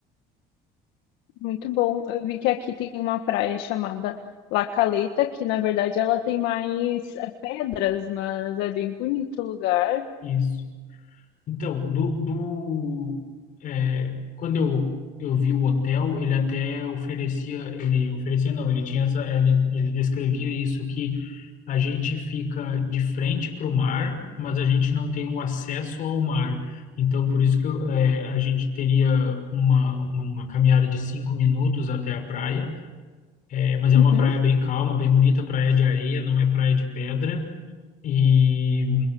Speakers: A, on the left (about 75°); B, on the left (about 50°).
A: Muito bom. Eu vi que aqui tem uma praia chamada La Caleta, que na verdade ela tem mais é, pedras, mas é bem bonito o lugar.
B: isso. Então, do, do é, quando eu, eu vi o hotel, ele até oferecia, ele oferecia não, ele tinha essa, ele, ele descrevia isso que a gente fica de frente para o mar, mas a gente não tem o acesso ao mar. Então, por isso que eu, é, a gente teria uma, uma caminhada de cinco minutos até a praia, é, mas é
A: Uhum,
B: uma praia bem calma, bem bonita, praia de areia, não é praia de pedra. E,